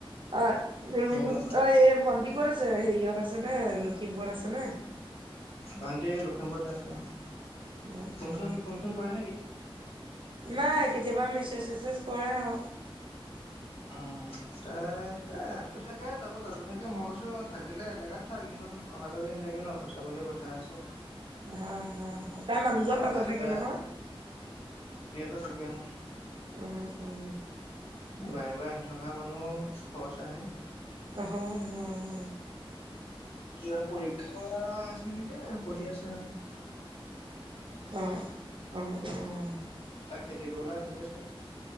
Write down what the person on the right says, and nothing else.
অ', ৰুনু
অহ এই ভণ্টি ক'ত আছে হেৰিয়ত আছে আছে নে লখিমপুৰত আছে নে?
অ
অ
নাই কেতিয়াবা মেচেজ- চেচেজ কৰে আও।
হা- হা তাইৰ মানুহজন
তাতে
নাথাকে
নহয়।
<unintelligible>
হয়- হয় -হয়
অহ -অহ-অহ - অহ